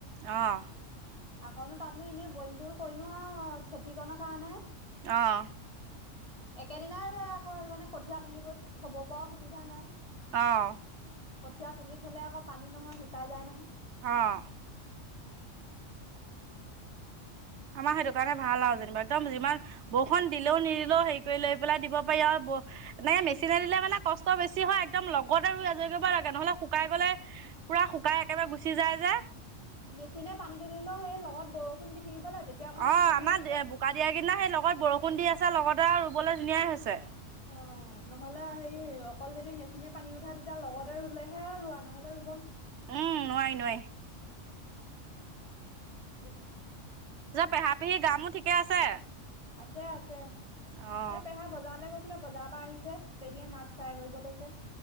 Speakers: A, on the right; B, on the left.
A: অ'।
B: আকৌনো তাতনো এনেই বৰিংটো কৰিনো আৰু খেতিকনৰ কাৰণে।
A: অ'।
B: একেদিনাই ৰোৱে আকৌ সেইটোকাৰণে কঠীয়া তুলিবোৰ থ'ব পৰাও সুবিধা নাই।
A: অ'।
B: কঠীয়া তুলি থ'লে আকৌ পানী নহয়, শুকাই যায় নহয়।
A: অ'। আমাৰ সেইটো কাৰণে ভাল আৰু যেনিবা একদম যিমান বৰষুণ দিলেও, নিদিলেও হেৰি কৰি লৈ পেলাই দিব পাৰি আৰু ব-নে, মেচিনে দিলে মানে কষ্ট বেছি হয়, একদম লগতে ৰুই আজৰি কৰিব লাগে নহ'লে শুকাই গ'লে পুৰা শুকাই একেবাৰে গুচি যায় যে
B: মেচিনে পানী তুলিলেও সেই লগত বৰষুণ দি থাকিব লাগে তেতিয়া অকমান
A: অ',
B: কোমল
A: আমাৰ
B: হৈ থাকে।
A: বোকা দিয়া কিদিনা সেই লগত বৰষুণ দি আছে লগতে আৰু ৰুবলৈ ধুনীয়াই হৈছে।
B: অ', নহ'লে হেই অকল যদি মেচিনে পানী উঠাই তেতিয়া লগতে ৰুলেহে ৰোৱা নহলে ৰো
A: উম্, নোৱাৰি নোৱাৰি।
B: <inaudible>
A: যা পেহা পেহীৰ গা মোৰ ঠিকে আছে?
B: আছে আছে।
A: অ
B: এ পেহা বজাৰলে গৈছিলে বজাৰৰ পৰা আহিছে পেহীয়ে মাছ ফ্ৰাই কৰিব লৈছে।